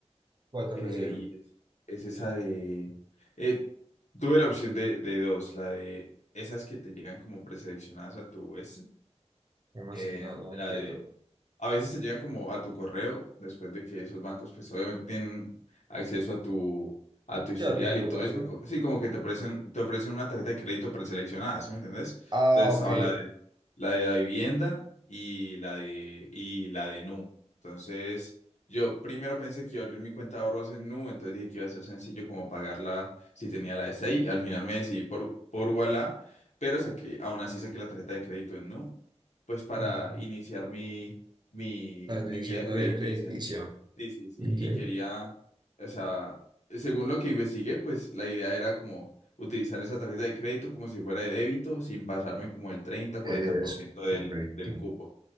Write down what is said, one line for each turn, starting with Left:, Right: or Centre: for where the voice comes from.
Right: ¿Cuál te
Left: eh,
Right: ofrecieron?
Left: y es, es esa de... eh, tuve la opción de, de dos, la de esas que te llegan como preseleccionadas a tu S,
Right: ¿Cómo
Left: eh,
Right: así? No, no
Left: la
Right: entiendo.
Left: de a veces te llegan como a tu correo, después de que esos bancos, pues obviamente tienen acceso a tu, a tu historial
Right: Ya tu información.
Left: y todo eso. co- Sí, como que te ofrecen, te ofrecen una tarjeta de crédito preseleccionada, ¿sí me entendés?
Right: Ah,
Left: Entonces estaba
Right: ok.
Left: la de la de la vivienda y la de y la de Nu. Entonces, yo primero pensé que iba a abrir mi cuenta de ahorros en Nu, entonces dije que iba a ser sencillo como pagarla si tenía la de 6. Al final me decidí por, por Ualá, pero saqué, aún así saqué la tarjeta de crédito en Nu, pues para
Right: Ujú.
Left: iniciar mi mi,
Right: Para
Left: mi
Right: iniciar
Left: vida
Right: la
Left: crediticia.
Right: vía crediticia.
Left: Sí, sí, sí.
Right: Ok.
Left: Y quería, o sea, según lo que investigué, pues la idea era como utilizar esa tarjeta de crédito como si fuera de débito, sin pasarme como el treinta cuarenta
Right: Es
Left: por ciento del,
Right: correcto.
Left: del cupo.